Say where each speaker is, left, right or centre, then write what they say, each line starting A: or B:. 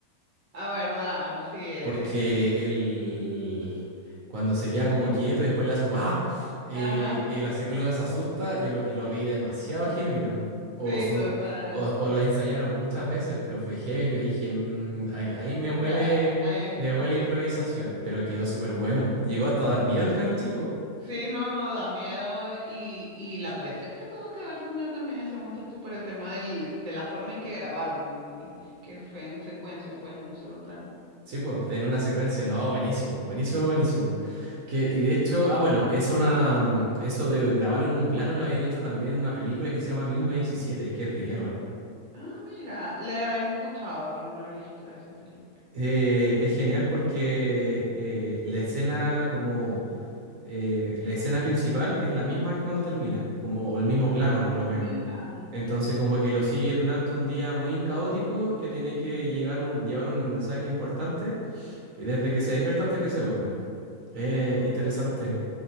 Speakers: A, on the right (about 30°); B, on the right (about 65°).
A: La verdad, sí. eh,
B: Porque él, cuando se queda como quieto y después le hace como, ¡ah! eh,
A: Ajá,
B: eh, la psicóloga se asusta, yo lo, y lo vi demasiado genuino. O,
A: sí,
B: son,
A: total.
B: o, o lo ensayaron muchas veces, pero fue heavy, yo dije, "Mm, ahí, ahí me
A: Está,
B: huele,
A: ahí está.
B: me huele a improvisación, pero quedó súper bueno. Llegó hasta a dar miedo el cabro chico.
A: Sí, no, no, da miedo eh, y, y la presión que tuvo que haber tenido también ese muchacho por el tema del, de la forma en que grabaron, el- que fue en secuencia, pues en un solo plano.
B: Sí, pues, en una secuencia, no, buenísimo, buenísimo, buenísimo. Que, y de hecho, ah, bueno, es una, mm, eso de grabarlo en un plano lo habían hecho también en una película que se llama 1917, que es de guerra.
A: Ah, mira, le he escuchado, pero no he visto esa película.
B: Eh, es genial
A: Ah,
B: porque eh, la escena como eh, la escena principal es la misma
A: ya.
B: que cuando termina, como o el mismo
A: Ah,
B: plano por lo menos.
A: mira,
B: Entonces
A: mira.
B: como que lo sigue durante un día muy caótico que tiene que llegar un, llevar un mensaje importante y desde que se despierta hasta que se duerme. Eh,
A: Ah.
B: interesante.